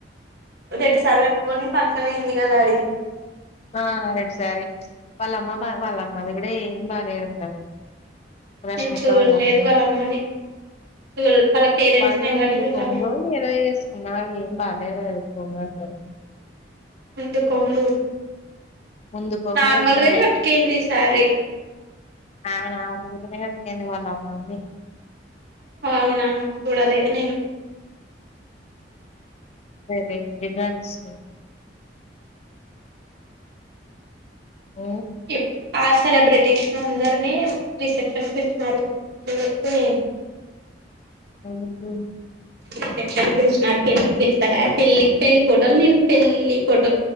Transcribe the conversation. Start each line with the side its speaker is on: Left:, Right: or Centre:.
Right: రెడ్ శారీ కట్టుకొని ఫంక్షన్ అయింది కదా అది
Left: ఆ రెడ్ సారి వాళ్ళమ్మ బా వాళ్ళమ్మది కూడా ఏం బాగాలేదు అంతగా రష్ష్మిక
Right: నేను చూడలేదు
Left: వళ్ళమా
Right: వాళ్ళ అమ్మని చూ వాళ్ళ పేరెంట్స్
Left: వాళ్ళ
Right: ని ఎవరిని
Left: ముందుకోంగ
Right: చూడలే నేను
Left: ఏదో వేసుకున్నారు ఏం బాగాలేదు అ
Right: అందు కొంగు
Left: ముందు కొంగు
Right: నార్మల్
Left: ఏసుకొని
Right: గానే కట్టుకొనింది సారి
Left: ఆవున కడింది వాళ్ళ మా అమ్మీ
Right: అవునా చూడాలేదు నేను
Left: రే ఇదిగా స అ
Right: ఇప్ ఆ సెలబ్రిటీష్ అందరినీ రిసెప్షన్ పెలిచ్చినారు <unintelligible>
Left: <unintelligible>
Right: రిసెప్షన్ పిలిచినన్నారు పెళ్ళికి వెళ్తారా పెళ్లి పెళ్లి ఫోటోలు నేను పెళ్ళి ఫోటో